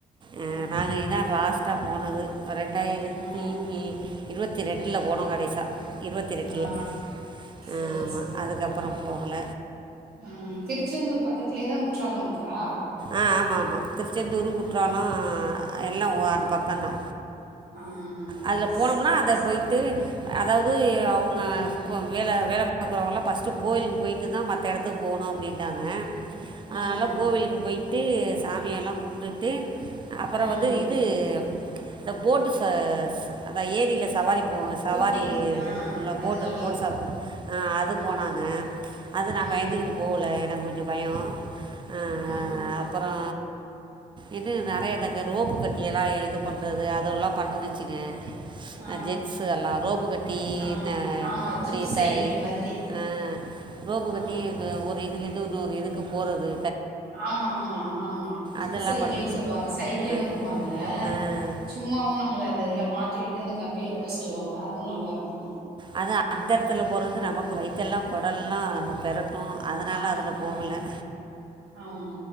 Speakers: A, on the right; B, on the right.
A: அ
B: ஆ
A: நாங்க இதா லாஸ்ட்டா போனது ரெண்டாயிரத்தி
B: ஆ
A: இருவத்தி ரெண்டுல போனோ கடைசா இருவத்தி ரெண்டுல
B: ஆ சேரி
A: அ ஆமா
B: சேரி
A: அதுக்கப்பறோ போகல
B: ஆ திருச்செந்தூர் பக்கத்திலேதா குற்றால இருக்கா
A: ஆ ஆமா ஆமா திருச்செந்தூரு குற்றாளோ
B: ஆ
A: எல்லா அந்த பக்கந்தா
B: ஆ
A: அதுல போனம்னா
B: சேரி
A: அத
B: சேரி
A: போய் வந்து அதாவது அவுங்க கொ வேல வேல பாக்குறவல்லா பஸ்ட்டு கோய்லுக்கு போய்ட்டுதா மத்த எடத்துகு போணும் அப்டின்ட்டாங்க
B: ம்
A: அதனால கோவிலுக்கு போய்ட்டு சாமியெல்லா கும்டுட்டு அப்பறோ
B: ம்
A: வந்து இது இந்த போட்டு ச அந்த ஏரில சவாரி ஓ‌ சவாரி
B: போட்டிங்கு
A: இது
B: ஆ
A: பண்ணும்ல
B: அது
A: போட்டு
B: நல்லாருக்கு
A: போட் சாப் அ அது
B: ம்
A: போனாங்க அது நா
B: ம்
A: பயந்துக்கிட்டு போல ஏனா கொஞ்சோ பயோ அ
B: ம்
A: அப்பறோ இன்னு நறையா எடம் இருக்கு ரோப்பு கட்டி எல்லா இது பண்றது அதெல்லா பண்ணுச்சிங்க
B: ஆ
A: அ‌ ஜென்சு அல்லாரும் ரோப்பு கட்டி
B: ஆ
A: அ
B: ஆமா ஜிப்பு
A: இப்டி
B: சைக்கிள்
A: த
B: மாதிரி
A: அ ரோப்பு
B: ஆ
A: கட்டி இது ஒரு இதுலேர்ந்து இன்னொரு இதுக்கு போறது
B: ஆமா ஆமா அ ஆமா ஜிப்
A: அதெல்லாம்
B: சைக்கிள்னு
A: பண்ணுச்சு
B: சொல்லுவாங்க சைக்கிளு
A: ஆ
B: இருக்கு அதுல
A: ஆ
B: சும்மாவு நம்மள அந்த இதுல மாட்டிவிட்டு அந்த கம்பில போ சொல்லுவாங்க அதுவு நல்லாருக்கு
A: அதா அந்தரத்துல போறது நமக்கு வைத்தெல்லா குடல்லா பெரட்டு அதனால
B: ஆம்
A: அதுல போகல
B: ஆ ஆமா